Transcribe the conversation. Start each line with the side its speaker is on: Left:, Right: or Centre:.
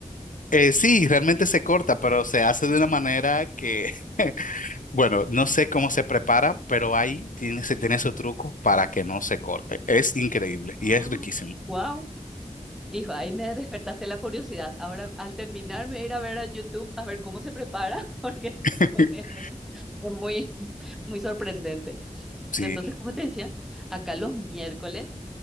Left: Eh, sí, realmente se corta, pero se hace de una manera que, <laughs> bueno, no sé cómo se prepara, pero ahí tiene, se tiene su truco para que no se corte. Es increíble
Centre: Oh,
Left: y es riquísimo.
Centre: wow. Hijo, ahí me despertaste la curiosidad. Ahora, al terminar, me voy a ir a ver a YouTube a ver cómo se prepara, <laughs> porque
Left: <laughs>
Centre: <laughs> es muy, muy sorprendente.
Left: Sí.
Centre: No, Entonces, como te decía, acá los miércoles.